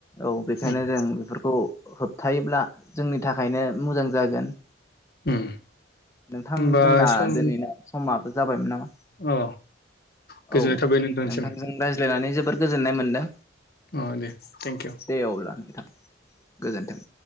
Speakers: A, on the left; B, on the left.
A: औ बे खायनो
B: उम
A: जों बेफोरखौ होबथायोबब्ला जोंनि थाखायनो मोजां जागोन।
B: उम
A: नोंथां
B: होमबा
A: जोंना
B: सम
A: दिनैना समाबो जाबायमोन नामा?
B: अ गोजोननाय
A: औ
B: थाबाय नोंथांसिम
A: नोंथांजों रायज्लायनानै जोबोद गोजोननाय मोनदों।
B: औ दे थेंक इउ।
A: दे अब्ला नोंथां गोजोन्थों।